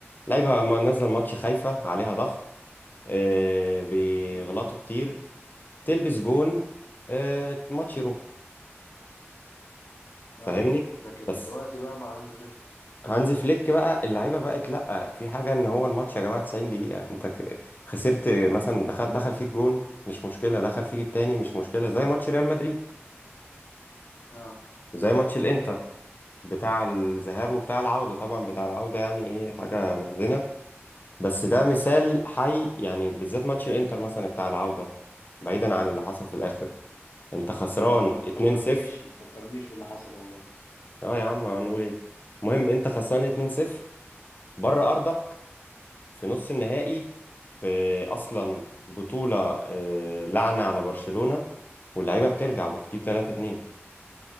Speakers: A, on the left; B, on the left.
A: لعيبه ما نزل ماتش خايفه عليها ضغط آه بيغلطوا
B: امم
A: كتير تلبس جون آه الماتش يروح فاهمني
B: اه لكن
A: بس
B: دلوقتي بقى مع هانز فليك
A: هانز فليك بقى اللعيبه بقت لا في حاجه ان هو الماتش يا جماعه 90 دقيقه انت ك- خسرت مثلا دخل دخل فيك جون مش مشكله دخل فيك التاني مش مشكله زي ماتش ريال مدريد
B: اه
A: زي ماتش الانتر بتاع الذهاب وبتاع العوده طبعا بتاع العوده يعني ايه حاجه محزنه بس ده مثال حي يعني بالذات ماتش الانتر مثلا بتاع العودة بعيدا عن اللي حصل في الاخر انت خسران
B: ده ما تفكرنيش
A: 2-0
B: ما تفكرنيش باللي حصل والله
A: اه يا عم هنقول ايه المهم انت خسران 2-0 بره ارضك في نص النهائي في اصلا بطولة آه، لعنة على برشلونة واللعيبة بترجع وبتجيب 3-2